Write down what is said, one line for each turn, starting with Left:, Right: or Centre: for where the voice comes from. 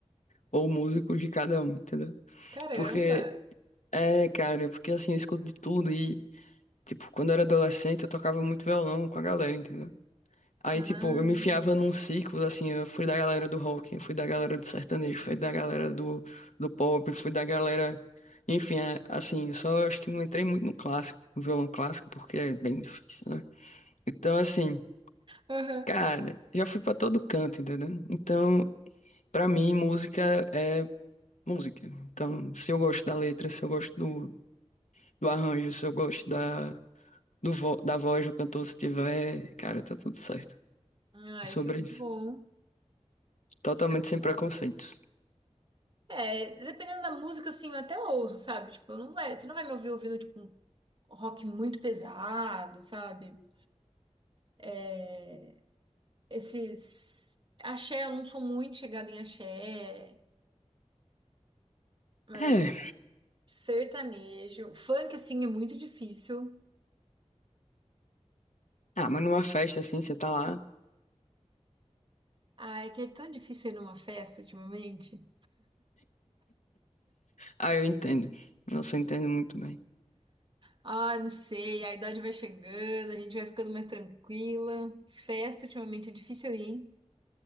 Left: ou músicos de cada um, entendeu?
Right: Caramba!
Left: Porque, é, cara, porque assim, eu escuto de tudo e, tipo, quando eu era adolescente eu tocava muito violão com a galera, entendeu? Aí,
Right: Ah,
Left: tipo, eu me enfiava num ciclo, assim, eu fui da galera do rock, eu fui da galera do sertanejo, fui da galera do, do pop, fui da galera. Enfim, é, assim, eu só acho que não entrei muito no clássico, no violão clássico, porque é bem difícil, né? Então, assim.
Right: Aham.
Left: Cara, já fui pra todo canto, entendeu? Então, pra mim, música é música. Então, se eu gosto da letra, se eu gosto do, do arranjo, se eu gosto da, do vo- da voz do cantor, se tiver, cara, tá tudo certo.
Right: Ah,
Left: É sobre
Right: isso é muito
Left: isso.
Right: bom.
Left: Totalmente
Right: isso é muito
Left: sem preconceitos.
Right: bom. É, dependendo da música, assim, eu até ouço, sabe? Tipo, eu não vai, você não vai me ouvir ouvindo, tipo, um rock muito pesado, sabe? É, esses... Axé, eu não sou muito chegada em axé, mas
Left: É.
Right: agora sertanejo. Funk, assim, é muito difícil.
Left: Ah, mas numa festa assim, você tá lá.
Right: Ai, que é tão difícil ir numa festa ultimamente.
Left: Ah, eu entendo. Nossa, eu entendo muito bem.
Right: Ah, não sei, a idade vai chegando, a gente vai ficando mais tranquila. Festa ultimamente é difícil eu ir, hein?